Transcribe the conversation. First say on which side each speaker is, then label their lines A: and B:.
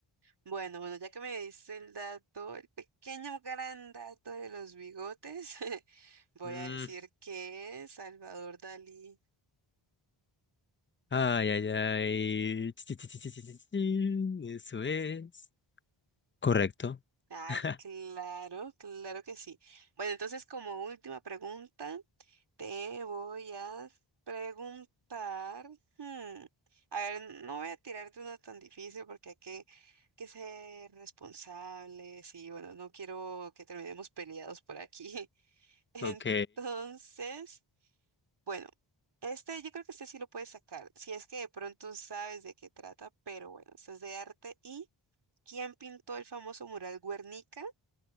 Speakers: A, on the right; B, on the left.
A: Bueno, bueno, ya que me diste el dato, el pequeño gran dato de los bigotes, <laughs> voy
B: Mm,
A: a decir que Salvador Dalí.
B: Ay, ay, ay. Chi, chi, chi, chi, chi, chi, chi. Eso es. Correcto.
A: Ay,
B: <laughs>
A: claro, claro que sí. Bueno, entonces como última pregunta, te voy a preguntar, hmm, a ver, no voy a tirarte una tan difícil porque hay que, que ser responsables y bueno, no quiero que terminemos peleados por aquí. <laughs> <laughs>
B: Ok.
A: Entonces, bueno, este yo creo que este sí lo puedes sacar, si es que de pronto sabes de qué trata, pero bueno, este es de arte. ¿Y quién pintó el famoso mural Guernica?